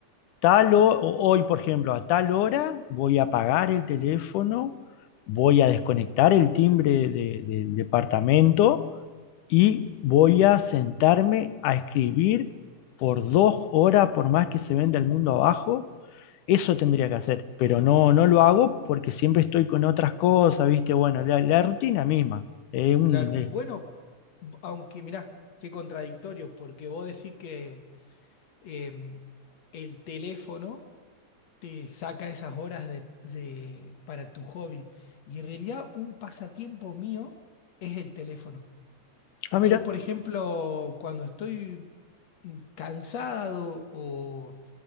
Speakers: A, on the left; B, on the left.
A: Tal ho- o- hoy, por ejemplo, a tal hora voy a apagar el teléfono, voy a desconectar el timbre de- del departamento y voy a sentarme a escribir por dos horas, por más que se venda el mundo abajo. Eso tendría que hacer, pero no, no lo hago porque siempre estoy con otras cosas, ¿viste? Bueno, la, la rutina misma. es un,
B: Claro.
A: eh,
B: Bueno, b- aunque mirá, qué contradictorio, porque vos decís que em, el teléfono te saca esas horas de, de- para tu hobby. Y en realidad un pasatiempo mío es el teléfono.
A: Ah, mira,
B: Yo, por ejemplo, cuando estoy mm, cansado o